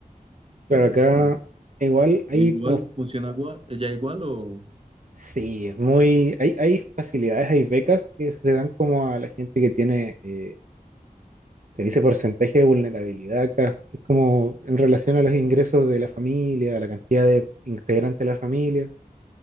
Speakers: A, on the right; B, on the right.
A: claro,
B: Eh,
A: acá
B: Sí.
A: igual hay
B: E Igual
A: como,
B: funciona gua- ya igual o
A: sí, es muy, hay, hay facilidades, hay becas que se le dan como a la gente que tiene, eh, se dice porcentaje de vulnerabilidad acá, que es como en relación a los ingresos de la familia, a la cantidad de integrantes de la familia,